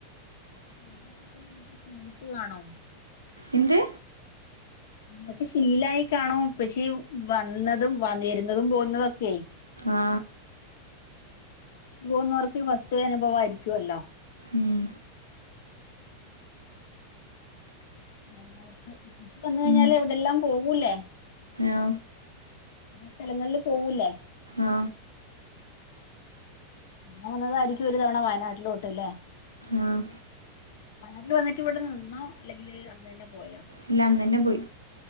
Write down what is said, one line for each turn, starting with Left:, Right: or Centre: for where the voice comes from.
Left: ഈ വന്നും പോയിട്ടൊന്നും ങ്ങക്ക് ശീലിച്ചു കാണും
Right: എന്ത്
Left: ഇങ്ങക്ക് ശീലായി കാണും പക്ഷേ വന്നതും വാ ന്നെരുന്നതും പോവുന്നതും ഒക്കെ
Right: ആ
Left: പോന്നോർക്കെ ഫസ്റ്റെ അനുഭവായിരിക്കൊല്ലോ
Right: ഉം
Left: ഞങ്ങൾക്ക്. വന്ന് കഴിഞ്ഞാല്
Right: ഉം
Left: ഇവിട്തെല്ലാം പോവൂല്ലേ?
Right: ആ
Left: സ്ഥെലങ്ങളില് പോവൂല്ലേ
Right: ആ
Left: ആ വന്നതായിരിക്കും ഒരു തവണ വയനാട്ടിലോട്ട് ല്ലേ
Right: ആഹ്
Left: വയനാട്ടില് വന്നിട്ട് ഇവിടെ നിന്നോ ഇല്ലെങ്കില് അന്നന്നെ പോയാ?
Right: ഇല്ല അന്ന്ന്നെ പോയി